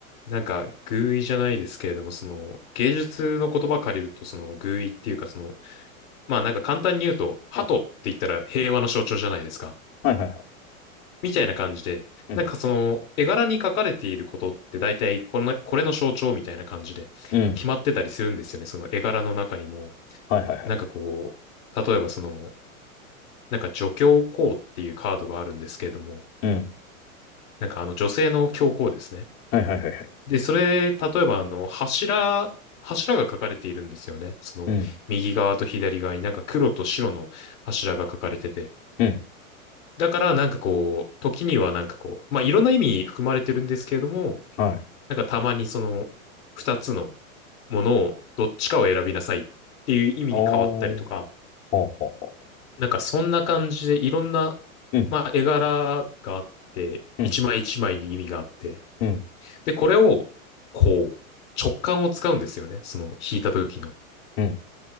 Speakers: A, on the left; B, on the left.
A: なんか、寓意じゃないですけれども、その、芸術の言葉借りると、その、寓意っていうか、その、まあ、なんか簡単に言うと、鳩って言ったら平和の象徴じゃないですか。
B: うん。はいはいはい。
A: みたいな感じで、
B: うん。
A: なんかその絵柄に書かれていることって大体この、これの象徴みたいな感じで決まってたりするんですよね。
B: うん。
A: その絵柄の中にも、
B: はいはいはい。
A: なんかこう、例えばその、なんか女教皇っていうカードがあるんですけれども、
B: うん。
A: なんかあの女性の教皇ですね。
B: はいはいはいはい。
A: で、それ、例えばあの柱、柱が書かれているんですよね。その右側と左側になんか黒と白の柱が書かれてて。
B: うん。うん。
A: だからなんかこう、時にはなんかこう、まあいろんな意味含まれてるんですけれども、
B: はい。
A: なんかたまにその二つのものをどっちかを選びなさいっていう意味に変わったりとか、
B: ああ。はうはうは
A: なんかそんな感じでいろんな、
B: うん。
A: まあ、絵柄があって、
B: うん。
A: 一枚一枚に意味があって、
B: うん、
A: で、これをこう直感を使うんですよね。その引いた時の、
B: うん、